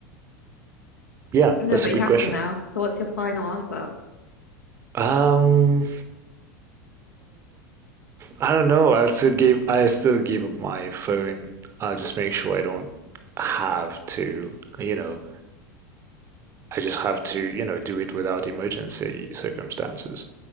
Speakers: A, on the right; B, on the left.
A: Yeah,
B: No,
A: that's
B: but
A: a good
B: you have
A: question.
B: to now. So what's your final answer?
A: Um, I don't know. I'll still give I still give up my phone. I'll just make sure I don't have to, you know, I just have to, you know, do it without emergency circumstances.